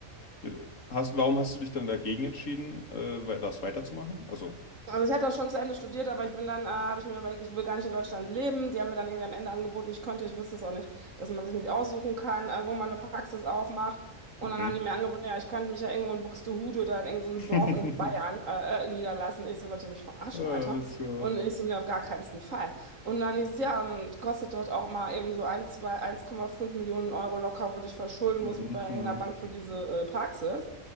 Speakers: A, on the left (about 65°); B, on the right (about 65°).
A: Ja, Hast, warum hast du dich dann dagegen entschieden, äh, wei- das weiterzumachen? Also,
B: Also ich habe das schon zu Ende studiert, aber ich bin dann, äh, habe ich mir überlegt, ich will gar nicht in Deutschland leben. Die haben mir dann irgendwie am Ende angeboten, ich konnte, ich wusste es auch nicht, dass man sich nicht aussuchen kann, äh, wo man eine Praxis aufmacht. Und
A: mhm.
B: dann haben die mir angeboten, ja, ich könnte mich ja irgendwo in Buxtehude oder in irgendeinem
A: <laughs>
B: Dorf in Bayern äh, äh, niederlassen. Ich so, wollt ihr mich verarschen,
A: Alles
B: Alter?
A: klar.
B: Und ich so, ne, auf gar keinen Fall. Und dann hieß es, ja, und dann kostet das auch mal eben so 1, 2, 1,5 Millionen Euro locker, wo du dich verschulden
A: Mhm.
B: musst bei irgendeiner Bank für diese äh, Praxis.